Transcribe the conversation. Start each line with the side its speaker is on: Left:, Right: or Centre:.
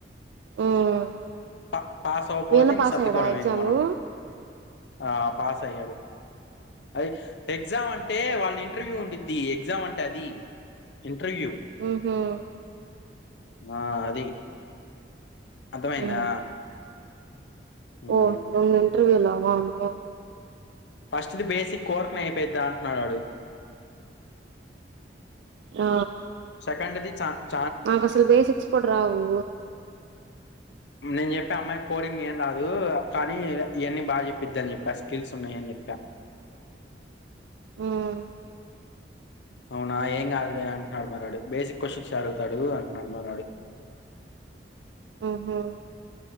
Right: ఉమ్
Left: పా పాస్ అవ్వపోతే
Right: మీ అన్న
Left: ఇంక
Right: పాస్
Left: సర్దుకోవడం
Right: అయ్యాడా ఎగ్జాము
Left: మనం ఆ పాస్ అయ్యాడు అది ఎగ్జామ్ అంటే వాళ్ళ ఇంటర్వ్యూ ఉండిది ఎగ్జామ్ అంటే అది ఇంటర్వ్యూ
Right: హూహూ
Left: ఆ అది అర్థమైందా
Right: ఉమ్
Left: హ్మ్.
Right: ఓ ఇంటర్వ్యూలా ఓం ఓం
Left: ఫస్ట్ది బేసి కోర్క్ న నేపోద్దా అంటున్నాడు వడు
Right: హ
Left: సెకండ్ ది చ
Right: నాకు అసలు బేసిక్స్ కూడా రావు
Left: నేను చెప్పా అమ్మాయి కోడింగ్ ఏం రాదు, కానీ ఇవన్నీ బాగా చెప్పిద్దని చెప్పా స్కిల్స్ ఉన్నాయని చెప్పా
Right: ఉమ్
Left: అవునా ఏం కాదులే అంటున్నాడు మారాడు, బేసిక్ క్వశ్చన్స్ అడుగుతాడు అంటున్నాడు మారాడు
Right: ఊహూ మ్